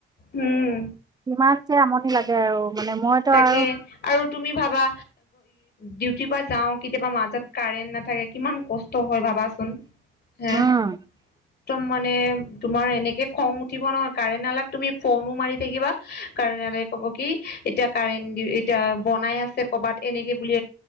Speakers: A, on the left; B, on the right.
A: উম
B: কিমান যে আমনি লাগে আৰু। মানে মইতো
A: তাকে
B: আৰু
A: আৰু তুমি ভাবা ডিউটিৰ পৰা যাওঁ, কেতিয়াবা মাজত কাৰেণ্ট নাথাকে, কিমান কষ্ট হয় ভাবাচোন। হে
B: উম
A: একদম মানে তোমাৰ এনেকে খং উঠিব নহয়, কাৰেণ্ট আলাক তুমি ফ'নো মাৰি থাকিবা কাৰেণঅলাই ক'ব কি এতিয়া কাৰেণ্ট দিও-এতিয়া বনাই আছে ক'ৰবাত এনেকে বুলি,